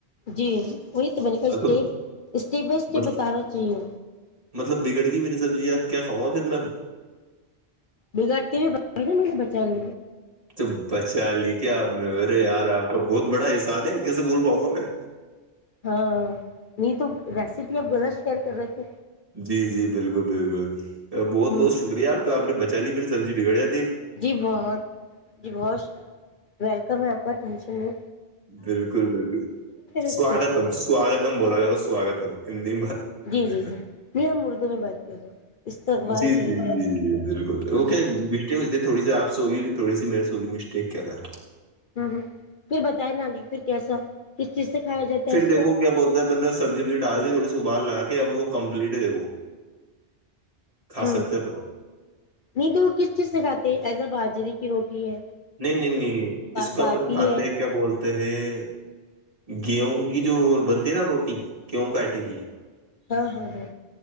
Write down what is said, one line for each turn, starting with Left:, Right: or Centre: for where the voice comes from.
Left: جی وہی تو میں نے کو
Right: اب
Left: اسٹیپ
Right: تو
Left: اسٹیپ بائی اسٹپ
Right: مط-
Left: بتانا چاہیے
Right: مطلب بگڑ گئی میری سبزی یار کیا کھاؤں گا پھر میں
Left: بگاڑتی بھی ب مے بچا ل
Right: تو بچا لی کیا آپ نے ارے یار آپ کا بہت بڑا احسان ہے کیسے بھول پاؤں گا میں
Left: ہاں نہیں تو ریسیپی اب گہ شیئر کر رہے تھے
Right: جی جی بالکل بالکل بہت
Left: ہ
Right: بہت شکریہ آپ کا آپ نے بچ چ مجری سبی بگڑ گیا
Left: جی بہت جی بہت ویلکم ہے پر مس نے
Right: بالکل بالکل
Left: اس
Right: سواگتم
Left: کو
Right: سوگتم بولا کراو سواگتم انی
Left: جی جی جی میں ہم اردو میں بات کر رہے استقبال
Right: جی
Left: کریں
Right: جی
Left: گے
Right: جی
Left: تو
Right: جی بالکل وہ
Left: جی
Right: کیا مٹی تھوڑی سی آپ ہوگی تھوڑی سی میرے سے ہوگی مسٹیک کیا کر رہ
Left: ہ ہ پھر بتائے نگ پھر کیسا کس چیز سے کھایا جاتا
Right: پھر
Left: ہے اس
Right: دیکو
Left: کو
Right: کیا بولتا ہے نے سبزیبزی ڈال دی تھوڑی ابال لگا تھا وہ کمپلیٹ د
Left: ہ
Right: سکتے ہیں اپن
Left: نہیں تو کس چیز سے کھاتے ایز ا باجری کی روٹی ہے
Right: نہیں نہیں نہیں اس کو
Left: باٹی
Right: اپن کھاتے
Left: ہے
Right: ہیں کیا بولتے ہیں گیہوں کی جو بنتی ہے نا روٹی گیہوں کا آئٹے کی
Left: ہاں ہاں ہاں